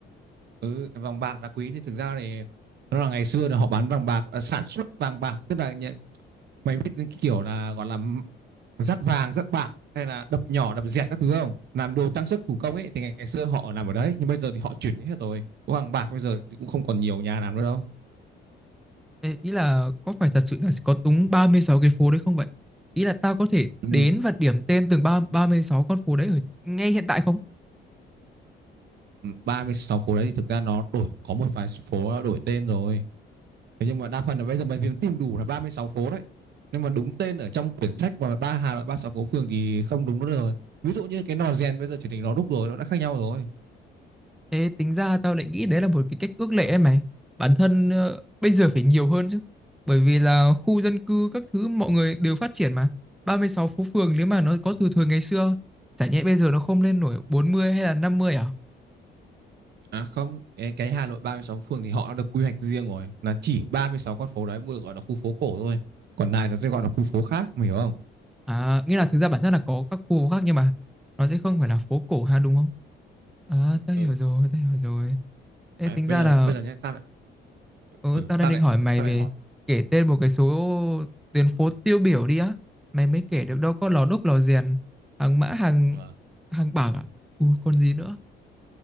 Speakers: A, on the right; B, in the centre.
A: ừ, vàng bạc đá quý thì thực ra thì nó là ngày xưa là họ bán vàng bạc à, sản xuất vàng bạc tức là nhận, mày biết những cái kiểu là gọi là dắt vàng dắt bạc hay là đập nhỏ đập dẹt các thứ không làm đồ trang sức thủ công ấy thì ngày xưa họ làm ở đấy nhưng bây giờ thì họ chuyển đi hết rồi có vàng bạc bây giờ thì cũng không còn nhiều nhà làm nữa đâu
B: Ê, ý là có phải thật sự là có đúng 36 cái phố đấy không vậy? Ý là tao có thể
A: ừ,
B: đến và điểm tên từng ba 36 con phố đấy ở ngay hiện tại không?
A: 36 phố đấy thì thực ra nó đổi có một vài phố đổi tên rồi Thế nhưng mà đa phần là bây giờ mình tìm đủ là 36 phố đấy. Nhưng mà đúng tên ở trong quyển sách mà ba Hà Nội 36 phố phường thì không đúng nữa rồi. Ví dụ như cái nò rèn bây giờ chuyển thành lò đúc rồi, nó đã khác nhau rồi.
B: Thế tính ra tao lại nghĩ đấy là một cái cách ước lệ ấy mày. Bản thân ờ, bây giờ phải nhiều hơn chứ. Bởi vì là khu dân cư các thứ mọi người đều phát triển mà. ba mươi sáu phố phường nếu mà nó có từ thời ngày xưa, chả nhẽ bây giờ nó không lên nổi 40 hay là 50 à?
A: À không, cái, cái Hà Nội 36 phường thì họ đã được quy hoạch riêng rồi. Là chỉ 36 con phố đấy mới gọi là khu phố cổ thôi. Còn này là sẽ gọi là khu phố khác, mày hiểu không?
B: À, nghĩa là thực ra bản chất là có các khu khác nhưng mà nó sẽ không phải là phố cổ ha đúng không? À, tao
A: Ừ.
B: hiểu rồi, tao hiểu rồi. Ê,
A: Đấy,
B: tính
A: bây
B: ra
A: giờ
B: là
A: bây giờ nhé, ta lại
B: Ừ,
A: ừ,
B: tao đang
A: ta
B: định
A: lại
B: hỏi mày
A: ta
B: về
A: lại hỏi.
B: kể tên một cái số tuyến phố tiêu biểu đi á. Mày mới kể được đâu có Lò Đúc, Lò Rèn, Hàng Mã, Hàng
A: Ờ.
B: Hàng Bạc à? Ừ, còn gì nữa?